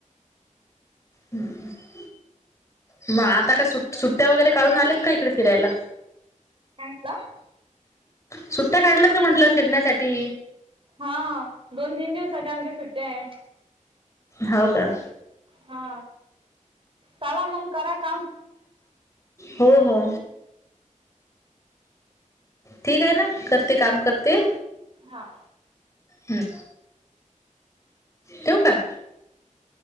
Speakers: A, on the left; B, on the right.
A: हम् <unintelligible> म आता का सु सुट्ट्या वगैरे काढून आल्यात का इकडे फिरायला
B: काय <unintelligible> का का.
A: सुट्ट्या काढलात का म्हंटलं फिरण्यासाठी?
B: हा हा दोन तीन दिवसाच्या आमच्या सुट्ट्याये.
A: होव का?
B: हा चाला मंग करा काम.
A: हो हो. ठीक हे ना करते काम करते.
B: हा.
A: हम्म. ठेऊ काय?